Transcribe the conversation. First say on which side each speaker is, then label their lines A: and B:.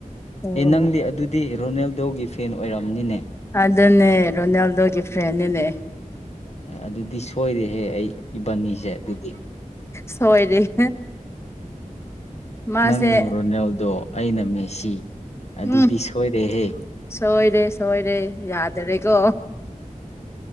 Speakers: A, on the left; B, on the left.
A: ꯑꯣ
B: ꯑꯦ
A: ꯑꯣ
B: ꯅꯪꯗꯤ ꯑꯗꯨꯗꯤ ꯔꯣꯅꯦꯜꯗꯣꯒꯤ ꯐꯦꯟ ꯑꯣꯏꯔꯝꯅꯤꯅꯦ
A: ꯑꯗꯨꯅꯦ ꯔꯣꯅꯥꯜꯗꯣꯒꯤ ꯐꯦꯟꯅꯤꯅꯦ
B: ꯎ <inaudible> ꯑꯗꯨꯗꯤ ꯁꯣꯏꯔꯦꯍꯦ ꯑꯩ ꯏꯕꯥꯅꯤꯁꯦ ꯑꯗꯨꯗꯤ
A: ꯁꯣꯏꯔꯦ ꯃꯥꯁꯦ
B: ꯅꯪꯅ ꯔꯣꯅꯦꯜꯗꯣ ꯑꯩꯅ ꯃꯦꯁꯤ ꯑꯗꯨꯗꯤ
A: ꯎꯝ
B: ꯁꯣꯏꯔꯦꯍꯦ
A: ꯁꯣꯏꯔꯦ ꯁꯣꯏꯔꯦ ꯌꯥꯗꯔꯦꯀꯣ